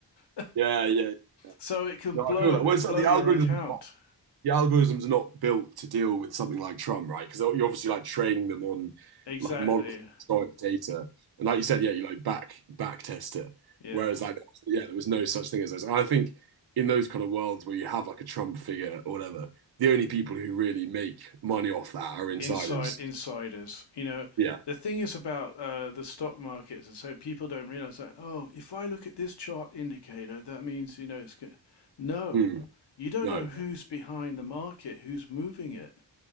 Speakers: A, on the left; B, on the right.
A: <laughs>
B: Yeah. Yeah.
A: So it can
B: No,
A: blow
B: I feel that.
A: it
B: Well, it's like
A: blow
B: the
A: your
B: algorithm's
A: account.
B: not, the algorithm's not built to deal with something like Trump, right? Because you're obviously like training them on
A: Exactly.
B: like models historic data, and like you said, yeah, you like back back test it.
A: Yeah.
B: Whereas like yeah, there was no such thing as those. And I think in those kind of worlds where you have like a Trump figure or whatever, the only people who really make money off that are insiders.
A: Inside insiders. You know,
B: Yeah.
A: the thing is about uh, the stock markets, and so people don't realize that. Oh, if I look at this chart indicator, that means you know it's go-" no.
B: Hmm.
A: You don't
B: No.
A: know who's behind the market, who's moving it.